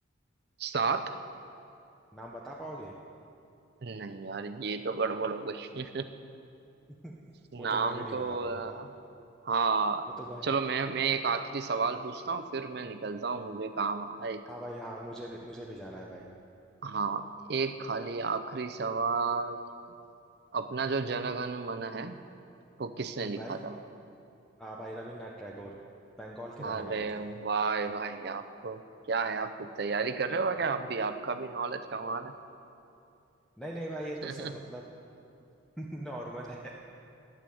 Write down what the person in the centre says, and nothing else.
नाम बता पाओगे
<laughs>
वो
तो मैं भी नहीं
बता
पाऊंगा
वो तो मैं
हाँ भाई हाँ मुझे भी मुझे भी जाना है भाई
हम्म,
भाई
हाँ भाई रविन्द्रनाथ टैगोर बंगाल के रहने
वाले थे
नहीं नहीं भाई ये
तो सब मतलब
<laughs> नॉर्मल है